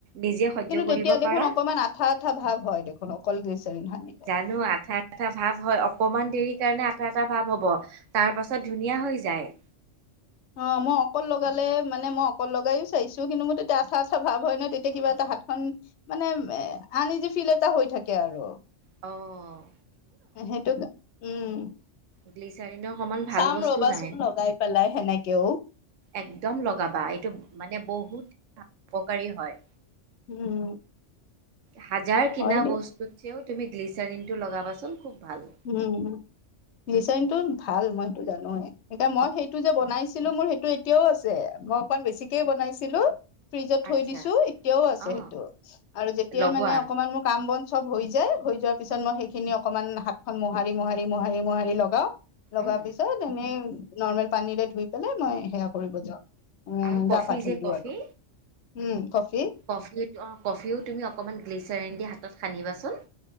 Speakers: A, on the right (about 85°); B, on the left (about 70°).
A: নিজে সহ্য
B: কিন্তু
A: কৰিব
B: তেতিয়া দেখোন
A: পাৰা
B: অকমান আঠা আঠা ভাৱ হয় দেখোন অকল গ্লীচাৰীন সানিলে
A: জানো আঠা আঠা ভাৱ হয় অকমান দেৰি কাৰণে আঠা এটা ভাৱ হ'ব তাৰ পাছত ধুনীয়া হৈ যায়
B: অ মই অকল লগালে মানে মই অকল লগাইয়ো চাইছো কিন্তু মোৰ তেতিয়া আঠা আঠা ভাৱ হয় ন তেতিয়া কিবা এটা হাতখন মানে আনি দি ফিল এটা হৈ থাকে আৰু
A: অঁ
B: সেইটো উম
A: গ্লিচাৰিনৰ সমান ভাল
B: চাম
A: বস্তু
B: ৰবাচোন
A: নাই
B: লগাই পেলাই হে নেকিও।
A: একদম লগাবা, এইটো মানে বহুত উপকাৰী হয়।
B: উম
A: হাজাৰ কিনা
B: হয় দিয়া
A: ব স্তুও তুমি গ্লিচাৰিনটো লগাবাচোন খুব ভাল।
B: উম, গ্লিচাৰিনটো ভাল মই সেইটো জানো। এতিয়া মই সেইটো যে বনাইছিলো মোৰ সেইটো এতিয়াও আছে, মই অকমান বেছিকেই বনাইছিলো। ফ্ৰিজত থৈ
A: আচ্ছা
B: দিছো, এতিয়াও আছে
A: অ
B: সেইটো আৰু যেতিয়াই
A: লগোৱা
B: মানে অকমান মোৰ কাম বন চব হৈ যায়, হৈ যোৱাৰ
A: উম
B: মই সেইখিনি অকমান হাতখন মোহাৰি মোহাৰি মোহাৰি লগাও। লগাৰ
A: উম
B: পিছত এনেই নৰ্মেল পানীৰে ধুই পেলাই মই সেয়া কৰিব যাওঁ। উম,
A: আৰু কফি
B: গা পা ধুই
A: যে
B: দিওঁ
A: কফি
B: আৰু উম কফি।
A: কফি অঁ কফিও তুমি অকণমান গ্লিচাৰিন দি হাতত সানিবাচোন।